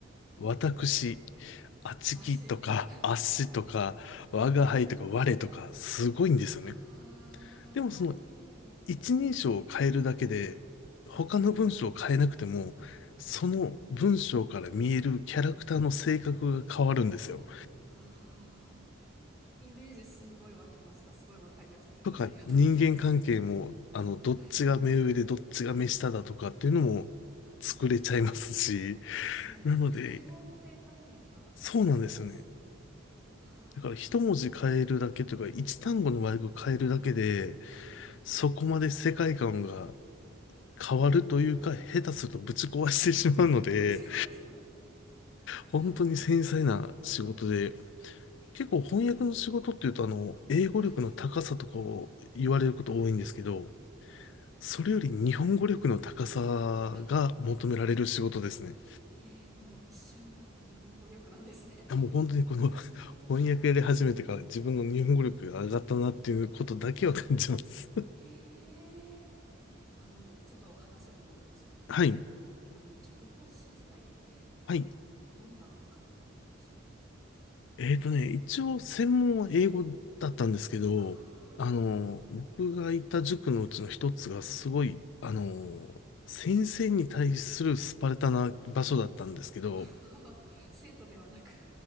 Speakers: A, on the left; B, on the right.
A: 私、あちきとか、
B: わしとか。<laughs>
A: あっしとか、我が輩とか、我とか、すごいんですよね。
B: ああ、
A: でもその
B: 言われてみれば。
A: 一人称を変えるだけで、他の文章を変えなくても、
B: はい。
A: その文章から見えるキャラクターの性格が変わるんですよ。
B: ああ、イメージすごい湧きました。すごいわかりやすい説明ありがとうございます。
A: とか、人間関係も、あの、どっちが目上でどっちが目下だとかっていうのも作れちゃいますし、
B: はい。そうですね。
A: なので、
B: 敬語って概念がないですもんね。
A: そうなんですよね。
B: あ
A: だから一文字変えるだけというか、一単語の和訳変えるだけで、
B: あ、はい。
A: そこまで世界観が変わるというか、下手するとぶち壊してしまうので、
B: <laughs> あぶち壊しちゃう。
A: 本当に繊細な仕事で、
B: ああ、
A: 結構翻訳の仕事っていうと、
B: なるほど。
A: あの、英語力の高さとかを言われること多いんですけど、
B: はい、はい。
A: それより日本語力の高さ
B: あ、
A: が求められる仕事ですね。
B: ええもう一周回って日本語力なんですね。
A: やもう本当にこの
B: へえ、
A: <laughs> 翻訳やり始めてから自分の日本語力が上がったなっていうことだけは感じます。
B: あ、へえ。あの、ちょっと話が戻ってしまうんですけど、
A: <laughs> はい。
B: あの、塾講師時代って、
A: はい。
B: あの、どんな科目を教えられてたんですか
A: えっとね、一応専門は英語だったんですけど、
B: ああ
A: あの、僕がいた塾のうちの一つがすごい、あの、先生に対するスパルタな場所だったんですけど、
B: ー、はい。<laughs> あはは生徒ではなく、